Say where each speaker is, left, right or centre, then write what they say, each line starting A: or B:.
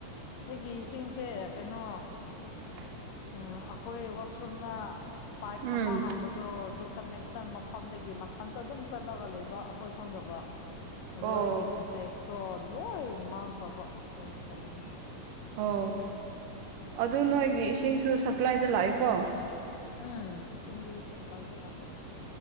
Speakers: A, on the left; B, on the right.
A: ꯑꯩꯒꯤ ꯏꯁꯤꯡꯁꯦ ꯀꯩꯅꯣ
B: <unintelligible>
A: ꯝ ꯑꯩꯈꯣꯏ ꯋꯥꯁꯔꯨꯝꯅ ꯄꯥꯏꯞ
B: ꯎꯝ
A: ꯑꯃ ꯍꯥꯡꯕ ꯑꯗꯣ ꯑꯗꯨ ꯀꯟꯅꯦꯛꯁꯟ ꯃꯐꯝꯗꯒꯤ ꯃꯊꯟꯇ ꯑꯗꯨꯝ ꯆꯠꯂꯒ ꯂꯩꯕ ꯑꯩꯈꯣꯏ ꯈꯪꯗꯕ ꯑꯗꯣ
B: ꯑꯣ
A: ꯑꯩꯒꯤ ꯁꯤꯟꯇꯦꯛꯁꯇꯣ ꯂꯣꯏ ꯃꯥꯡꯈ꯭ꯔꯕ ꯌꯥꯝ ꯁꯨꯝꯉ
B: ꯑꯣ ꯑꯗꯨ ꯅꯣꯏꯒꯤ ꯏꯁꯤꯡꯁꯨ ꯁꯄ꯭ꯂꯥꯏꯗ ꯂꯥꯛꯑꯦꯀꯣ
A: ꯎꯝ ꯏꯁꯤꯡꯒꯤ ꯁꯄ꯭ꯂꯥꯏ ꯂ ꯂꯥꯛꯄꯅꯤ